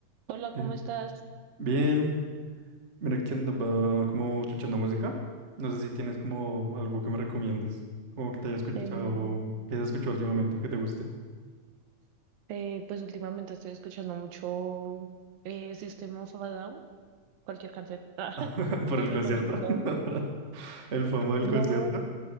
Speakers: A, on the right; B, on the right.
A: Hola, ¿cómo
B: Eh,
A: estás?
B: Bien, mira que andaba como escuchando música. No sé si tienes como algo que me recomiendes, como que te haya escuchado,
A: Eh,
B: que hayas escuchado últimamente, que te guste.
A: eh, pues últimamente estoy escuchando mucho eh, System of a Down, cualquier canción. <laughs> Ah,
B: <laughs> Por
A: la
B: el
A: recomiendo
B: concierto.
A: todas.
B: <laughs> El famoso del
A: No,
B: concierto.